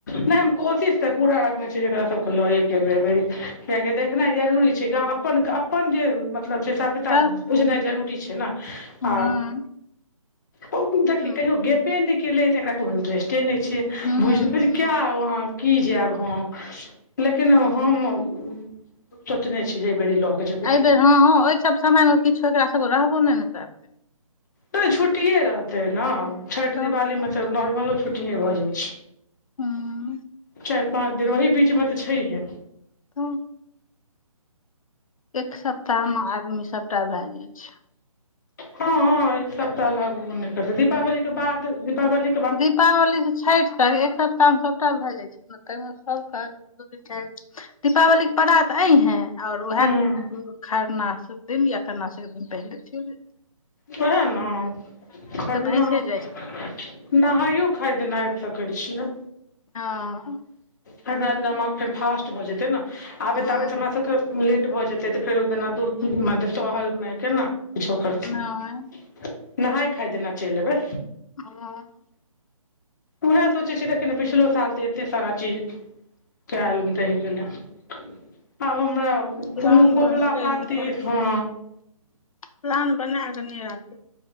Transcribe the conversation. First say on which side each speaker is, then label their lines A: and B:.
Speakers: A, on the left; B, on the left.
A: नहि हम कोशिश तऽ पूरा रखने छी, जरा सभके लए के कियकि देखनाइ जरूरी छै। हुनका अपन जे। मतलब सभ्यता
B: तऽ
A: बुझनाइ जरूरी छै न,
B: हँ
A: आ ओते
B: हँ
A: कै गबे ने लेत ककरा कोन। के नहि छियै
B: हँ
A: बुझलै क्या है वहाँं। कि जायब हम लेकिन हम सोचने छी जे एहिबरी लऽ। के जेबै
B: एहि बेर हँ, हँ ओहि सभ समय मे किछो एकरा सभके रहबो नहि ने कर।
A: त छुट्टिए रहतै ने छठि
B: तऽ
A: दिवाली मे तऽ नॉर्मलो छुट्टिए भऽ जाइ छै।
B: हँ।
A: चारि पाँच दिन ओहि बीचमे तऽ छै हे
B: तऽ। एक सप्ताह मे आदमी सभटा भए जाय छै
A: हँ, एक सप्ताह लगू नहि करतै दीपावली के बाद दीपावली।
B: दीपावलीसँ छठि तक एक सप्ताहमे सभटा भए जाइ छै, ने ताहिमे सभ काज। दू तीन चारि दिन दीपावली के परा तऽ अय हैं आओर उएह
A: हँ
B: खरना क दिन या खरना स एकदिन पहिले चल जाइत
A: स ने खरना
B: भैसे जाइ
A: <inaudible>
B: छै
A: नहाइयो खाए दिन आब सकै छियै
B: हँ
A: खरना दिना हमरा यर क फेर फास्ट भऽ जेतै ने आबैत
B: हँ
A: आबैत हमरा सबके लेट भऽ जेतै तऽ फेरो जेना दू म सहलमे केना किछो करथिन
B: नहि
A: <inaudible> नहााय खाय देना चलि एबै
B: ह
A: उह सोचै छै देखे ने पछिलो साल त एते सारा चीज कैल रहिगेल <inaudible> आब हमरा
B: प्लान
A: कोनो कबुला
B: बनले
A: पाती
B: रहे पर
A: हँ
B: प्लान बना कऽ नहि राखे